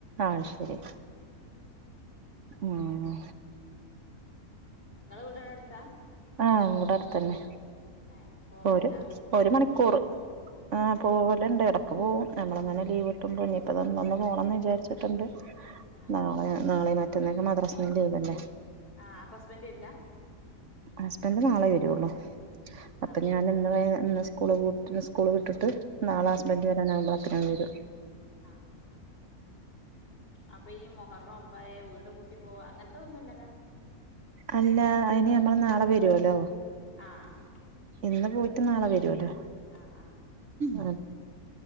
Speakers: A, on the right; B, on the left.
A: ആഹ ശരി ഉം
B: ഇങ്ങളെ വീട് അവിടെ അടുത്താ
A: ആഹ് ഇവടെ അടുത്തന്നെ
B: ഏഹ് പോവലുണ്ടാ
A: ഒരു ഒരു മണിക്കൂർ ആ് പോവൽ
B: ഏഹ്
A: ഇണ്ട് എട ക്ക് പോവും നമ്മളിങ്ങനെ ലീവ് കിട്ടുമ്പോ ഇനിയിപ്പം ഇന്നൊന്നു പോകണം എന്ന് വിചാരിച്ചിട്ടുണ്ട്
B: ആഹ്
A: നാളെ നാളെ മറ്റന്നാൾ ഒക്കെ മദ്രസിൽ ലീവല്ലേ
B: ആഹ് അപ്പൊ ഹസ്ബൻഡ് വരില്ല
A: ഹസ്ബൻഡ് നാളെ വരോള്ളു അപ്പം
B: ആഹ്
A: ഞാൻ ഇന്ന് സ്കൂള് സ്കൂള് വിട്ടിട്ട് നാളെ ഹസ്ബൻഡ് വരാനാവുമ്പളേക്കും അതുവരും
B: ആഹ അപ്പൊ ഈ മുഹറം ഒമ്പതായ വീട് പൂട്ടി പോക അങ്ങനത്തതൊന്നുല്ല
A: അല്ല അതിന് നമ്മൾ നാളെ വരോലോ
B: ആഹ്
A: ന്ന് പോയിട്ട് നാളെ വരൂലേ
B: ആഹ് ആഹ്
A: ആ